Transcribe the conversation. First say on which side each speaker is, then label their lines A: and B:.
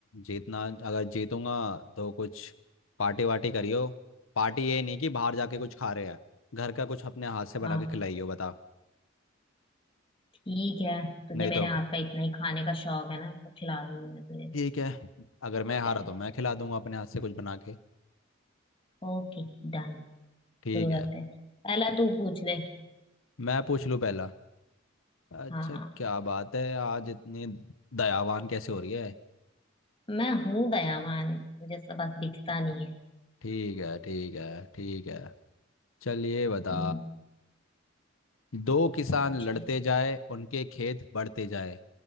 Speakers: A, on the left (about 80°); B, on the left (about 25°).
A: जीतना अगर जीतूंगा तो कुछ पार्टी वार्टी करियो पार्टी ये नहीं कि बाहर जाके कुछ खा रहे हैं घर का कुछ अपने हाथ से बना
B: हाँ
A: के खिलाइयो
B: तो
A: बता
B: ठीक है तुझे
A: नहीं
B: मेरे
A: तो
B: हाथ का इतना ही खाने का शौक है ना तो खिला दूंगी मैं तुझे
A: ठीक है अगर मैं हारा
B: चल,
A: तो मैं खिला दूंगा अपने हाथ से कुछ बना के
B: ओके डन
A: ठीक
B: शुरू
A: है
B: करते हैं पहला तू पूछ ले
A: मैं पूछ लूँ पहला अच्छा
B: हाँ
A: क्या बात है आज इतनी दयावान कैसे हो रही है
B: मैं हूँ दयावान मुझे सब बस दिखता नहीं है
A: ठीक है ठीक है ठीक है चलिए बता
B: हम्म
A: दो किसान
B: पूछ
A: लड़ते
B: ले
A: जाए उनके खेत बढ़ते जाए